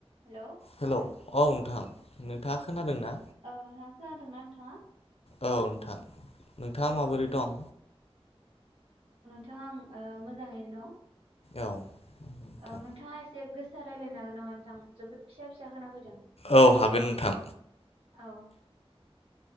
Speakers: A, on the right; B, on the left.
A: Hello
B: hello औ नोंथां। नोंथाङा खोनादोंना।
A: औ नोंथां खोनादोना नोंथाङा।
B: औ नोंथां। नोंथाङा माबोरै दं।
A: थां मोजाङैनो दं।
B: औ। नोंथां
A: औ नोंथाङा एसे गोसा रायलायनो हागोन नामा नोंथां जोबोद फिसा फिसा खोना फैदों।
B: औ हागोन नोंथां
A: औ।